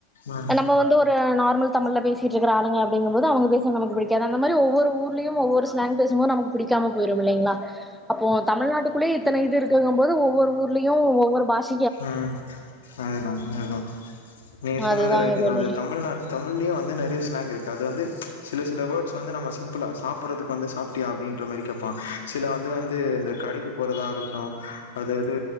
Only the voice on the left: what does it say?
ம்
ம் அதுதா அதுதா நீங்க சொன்னது
ரைட்டு
தான் அது தமிழ்நா தமிழ்லயே வந்து நெறைய ஸ்லாங் இருக்கு அது வந்து சில சில வேர்ட்ஸ் வந்து நம்ம சிம்பிளா சாப்றதுக்கு வந்து சாப்டியா அப்டின்ற மாரி கேட்பா சில வந்து வந்து இந்த கடைக்கு போறதா இருக்கட்டும் அதாது